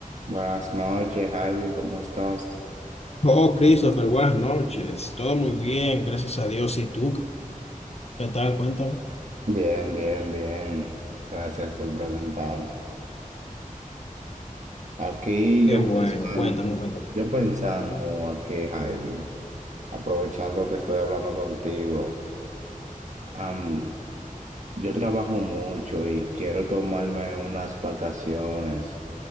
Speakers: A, on the right (about 55°); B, on the left (about 45°).
A: Buenas noches, Ivy, ¿cómo estás?
B: Oh, Christopher, buenas noches. Todo muy bien, gracias a Dios. ¿Y tú qué tal? Cuéntame.
A: Bien, bien, bien. Gracias por preguntar. Aquí
B: Qué
A: yo
B: bueno,
A: pensando,
B: cuéntame, cuéntame.
A: yo pensando aquí, Ivy, aprovechando que estoy hablando contigo. am, yo trabajo mucho y quiero tomarme unas vacaciones.